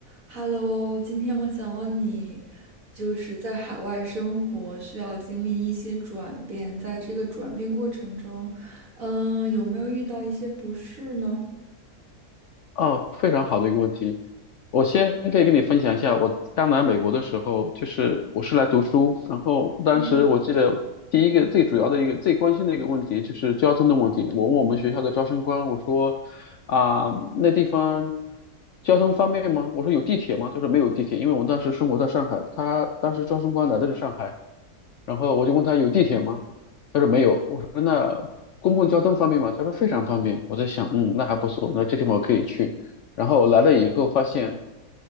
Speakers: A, on the right; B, on the left.
A: Hello，今天我想问你，就是在海外生活需要经历一些转变，在这个转变过程中，嗯，有没有遇到一些不适呢？
B: 哦，非常好的一个问题。我先可以跟你分享一下，我刚来美国的时候，就是我是来读书，然后当时我记得第一个最主要的一个最关心的一个问题就是交通的问题。
A: 嗯，
B: 我问我们学校的招生官，我说啊、那地方交通方便吗？我说有地铁吗？他说没有地铁，因为我们当时生活在上海，他当时招生官来的是上海，然后我就问他有地铁吗？他说没有。我说那公共交通方便吗？他说非常方便。我在想，嗯，那还不错，那这地方我可以去。然后来了以后发现，